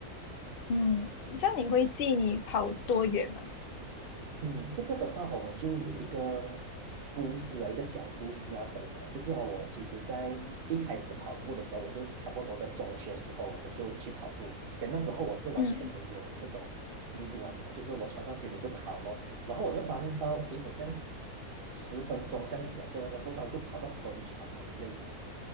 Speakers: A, on the left (about 60°); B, on the right (about 45°).
A: 嗯，这样你会记你跑多远吗？
B: 嗯，这个的话哦，我就有一个故事啊，一个小故事要分享，就是哦我其实在一开始跑步的时候，我是差不多在中学的时候我就去跑步，但那时候我是完全没有这种记录啊什么，
A: 嗯
B: 就是我穿上鞋子我就跑咯，然后我就发现到，诶，好像十分钟这样子啊，十分钟不到就跑到很喘很累啊。